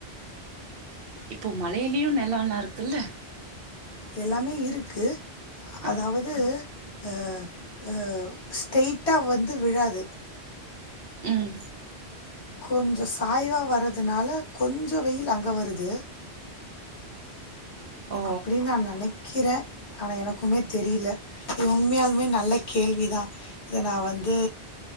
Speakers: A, on the right; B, on the left.
A: இப்போ மலையிலயும் நிலம்லாம் இருக்குல்ல
B: எல்லாமே இருக் கு
A: ஆ
B: அதாவது அ அ ஸ்ட்டைட்டா வந்து விழாது
A: ம்
B: கொஞ்சோ சாய்வா வர்றதுனால கொஞ்சோ வெயில் அங்க வருது
A: ஓ
B: அப்டின் நா நெனைக் கிற ஆனா எனக்குமே தெரில இது உண்மையாலுமே நல்ல கேள்வி தா இத நா வந்து